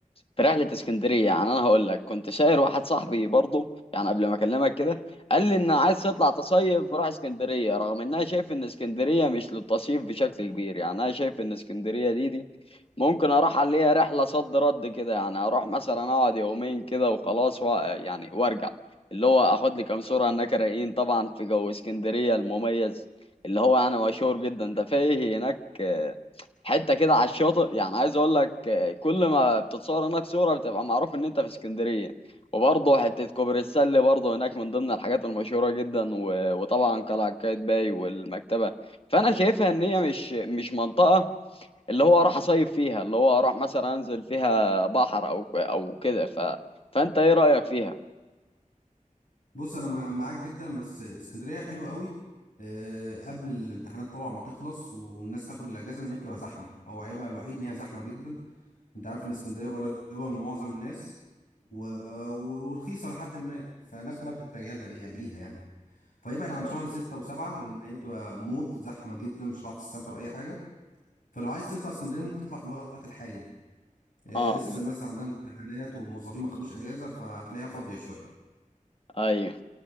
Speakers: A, on the left (about 45°); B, on the left (about 80°).
A: في رحلة اسكندرية يعني انا هقول لك كنت شاير واحد صاحبي برضه يعني قبل ما اكلمك كده قال لي ان عايز تطلع تصيف روح اسكندرية رغم ان انا شايف ان اسكندرية مش للتصيف بشكل كبير يعني انا شايف ان اسكندرية دي دي ممكن اروح عليها رحلة صد رد كده يعني اروح مثلا اقعد يومين كده وخلاص و... يعني وارجع اللي هو اخد لي كام صورة هناك رايقين طبعا في جو اسكندرية المميز اللي هو انا مشهور جدا ده فيه هناك حته كده على الشاطئ يعني عايز اقول لك آه، كل ما بتتصور هناك صوره بتبقى معروف ان انت في اسكندريه وبرضه حته كوبري السله برضه هناك من ضمن الحاجات المشهوره جدا و- وطبعا قلعه قايتباي والمكتبه فانا شايفها ان هي مش مش منطقه اللي هو اروح اصيف فيها اللي هو اروح مثلا انزل فيها بحر او او كده ف فانت ايه رايك فيها
B: بص أنا مع- معاك جدا بس اسكندرية حلوة قوي آه، قبل الامتحانات طبعا ما تخلص والناس تاخد الأجازة إن هي بتبقى زحمة هو عيبها الوحيد إن هي زحمة جدا أنت عارف إن اسكندرية قريبة من معظم الناس و... و- ورخيصة لحد ما فالناس كلها بتتجه لها يعني ليها يعني فيبعد عن
A: اه
B: شهر ستة وسبعة لأن هي بتبقى موت زحمة جدا مش هتعرف تستمتع بأي حاجة فلو عايز تطلع اسكندرية ممكن تطلع في الوقت الحالي ده آه،
A: اه
B: لسه الناس عندها امتحانات والموظفين ما خدوش أجازة فهتلاقيها فاضية شوية
A: ايوه